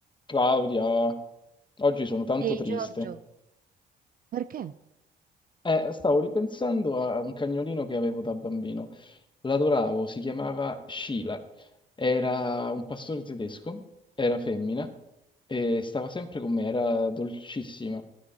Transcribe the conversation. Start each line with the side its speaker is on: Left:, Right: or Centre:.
Left: Claudia, oggi sono tanto
Right: Ehi
Left: triste.
Right: Giorgio, Perché?
Left: Eh, stavo ripensando a un cagnolino che avevo da bambino. L'adoravo, si chiamava Sheila. Era un pastore tedesco, era femmina e stava sempre con me, era dolcissima.